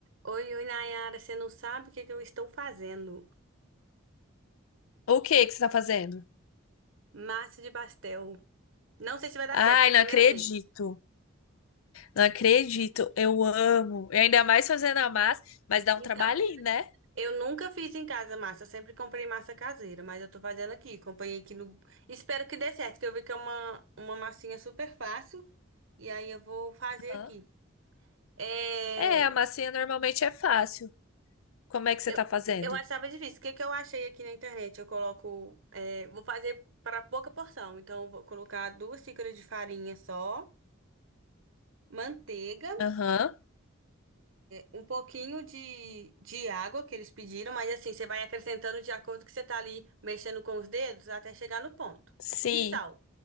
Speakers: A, on the right (about 70°); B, on the left (about 80°).
A: Oi, oi, Nayara, você não sabe o que que eu estou fazendo?
B: O que que você tá fazendo?
A: Massa de pastel. Não sei se vai dar
B: Ai,
A: certo, que é a
B: não
A: primeira
B: acredito.
A: vez.
B: Não acredito. Eu amo. E ainda mais fazendo a massa, mas dá
A: Então,
B: um trabalhinho, né?
A: eu nunca fiz em casa massa, eu sempre comprei massa caseira, mas eu tô fazendo aqui, acompanhei aqui no... Espero que dê certo, que eu vi que é uma, uma massinha super fácil, e aí eu vou fazer
B: Aham.
A: aqui. É,
B: É, a massinha normalmente é fácil. Como é que você
A: eu,
B: tá fazendo?
A: eu achava difícil, o que que eu achei aqui na internet? Eu coloco, é, vou fazer para pouca porção, então eu vou colocar duas xícaras de farinha só, manteiga,
B: Aham.
A: um pouquinho de, de água que eles pediram, mas assim, você vai acrescentando de acordo que você tá ali mexendo com os dedos até chegar no ponto.
B: Sim,
A: E sal.